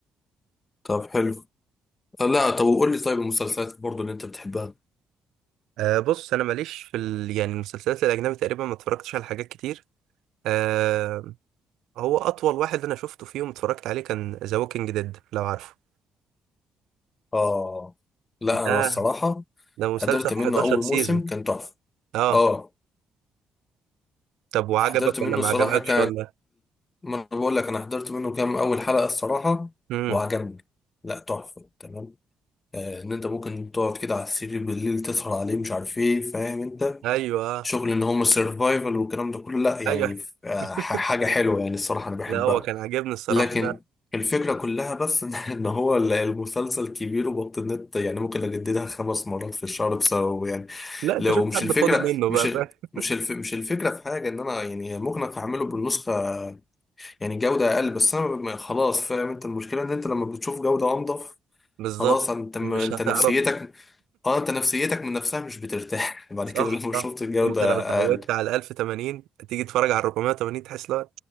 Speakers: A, on the left; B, on the right.
A: طب حلو آه لا طب وقول لي طيب المسلسلات برضو اللي انت بتحبها
B: أه بص انا ماليش في ال... يعني المسلسلات الاجنبي تقريبا ما اتفرجتش على حاجات كتير أه هو اطول واحد انا شفته فيهم اتفرجت عليه كان ذا ووكينج ديد لو عارفه
A: اه لا
B: ده
A: انا الصراحه
B: ده مسلسل
A: حضرت منه
B: 11
A: اول
B: سيزون
A: موسم كان تحفه
B: اه
A: اه
B: طب وعجبك
A: حضرت منه
B: ولا ما
A: الصراحه
B: عجبكش
A: ك
B: ولا
A: ما انا بقول لك انا حضرت منه كام اول حلقه الصراحه
B: امم
A: وعجبني لا تحفه تمام آه ان انت ممكن تقعد كده على السرير بالليل تسهر عليه مش عارف ايه فاهم انت
B: ايوه
A: شغل ان هم السرفايفل والكلام ده كله لا يعني
B: ايوه <laughs>
A: آه، ح- حاجه حلوه يعني الصراحه انا بحبها
B: لا هو كان عاجبني الصراحه
A: لكن
B: لا
A: الفكرة كلها بس <laughs> إن إن هو ال- المسلسل كبير وبطلت يعني ممكن أجددها خمس مرات في الشهر بسببه يعني
B: لا انت
A: لو
B: شوف
A: مش
B: حد
A: الفكرة
B: خده منه بقى
A: مش ال-
B: فاهم
A: مش الف مش الفكرة في حاجة إن أنا يعني ممكن أعمله بالنسخة يعني جودة أقل بس أنا ب- خلاص فاهم أنت المشكلة إن أنت لما بتشوف جودة أنضف
B: بالظبط
A: خلاص أنت م-
B: مش
A: أنت
B: هتعرف
A: نفسيتك أه أنت نفسيتك من نفسها مش بترتاح <laughs> بعد
B: صح
A: كده لما
B: صح
A: شفت الجودة
B: انت لو اتعودت
A: أقل
B: على 1080 تيجي تتفرج على 480 تحس لا